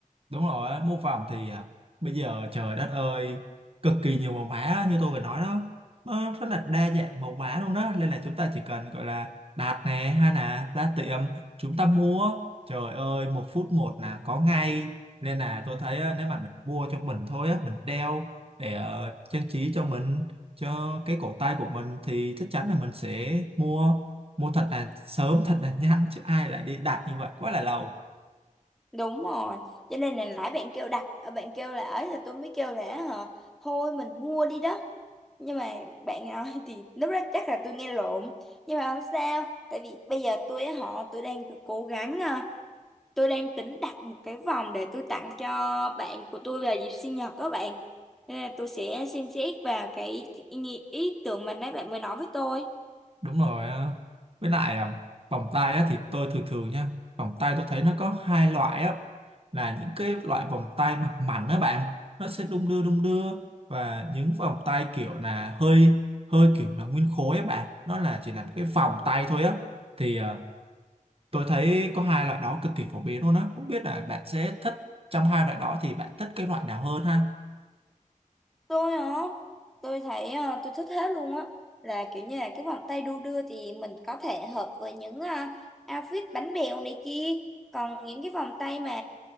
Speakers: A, on the right (about 45°); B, in the centre.
A: đúng rồi á, mô phỏng thì à, bây giờ trời đất ơi cực kỳ nhiều màu mã như tôi vừa nói đó nó rất là đa dạng màu mã luôn đó nên là chúng ta chỉ cần gọi là đặt nè hay là ra tiệm chúng ta mua trời ơi một phút một là có ngay nên là tôi thấy á, nếu mà mình mua cho mình thôi á mình đeo để ờ, trang trí cho mình cho cái cổ tay của mình thì chắc chắn là mình sẽ mua mua thật là sớm thật là nhanh chứ ai lại đi đặt như vậy quá là lâu
B: Đúng rồi, cho nên là nãy bạn kêu đặt, ờ, bạn kêu là ấy là tôi mới kêu là hả, thôi mình mua đi đó. Nhưng mà bạn nói <laughs> thì lúc đó chắc là tôi nghe lộn. Nhưng mà không sao, tại vì bây giờ tôi á họ tôi đang cố gắng ờ, tôi đang tính đặt một cái vòng để tôi tặng cho bạn của tôi vào dịp sinh nhật các bạn. Thế Nên là tôi sẽ xem xét vào cái ý, nghĩ- ý tưởng mà nãy bạn mới nói với tôi.
A: đúng rồi á. với lại à, vòng tay á, thì tôi thường thường nha vòng tay tôi thấy nó có hai loại á là những cái loại vòng tay mặt mảnh đó bạn nó sẽ đung đưa đung đưa và những vòng tay kiểu là hơi hơi kiểu là nguyên khối á bạn nó là chỉ là một cái vòng tay thôi á thì à, tôi thấy có hai loại đó cực kỳ phổ biến luôn á không biết là bạn sẽ thích trong hai loại đó thì bạn thích cái loại nào hơn ha
B: tôi hả tôi thấy ờ, tôi thích hết luôn á là kiểu như là cái vòng tay đu đưa thì mình có thể hợp với những ờ, outfit bánh bèo này kia còn những cái vòng tay mà